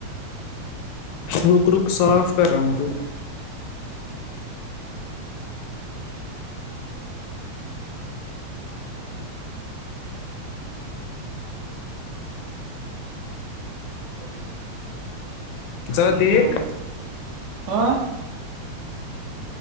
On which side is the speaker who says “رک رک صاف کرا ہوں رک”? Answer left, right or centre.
Left